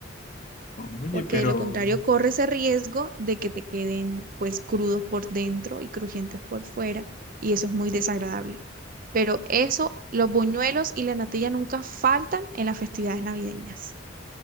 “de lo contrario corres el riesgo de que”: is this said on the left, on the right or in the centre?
Right